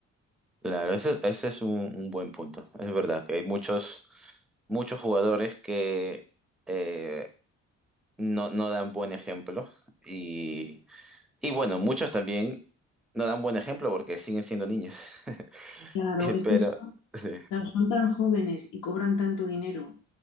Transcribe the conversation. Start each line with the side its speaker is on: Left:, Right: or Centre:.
Centre: Claro, ese, ese es un, un buen punto. Es verdad que hay muchos, muchos jugadores que eh, no, no dan buen ejemplo y, y bueno, muchos también no dan buen ejemplo porque siguen siendo niños. <laughs>
Left: Claro,
Centre: Eh,
Left: es
Centre: Pero
Left: que son,
Centre: sí,
Left: claro, son tan jóvenes y cobran tanto dinero,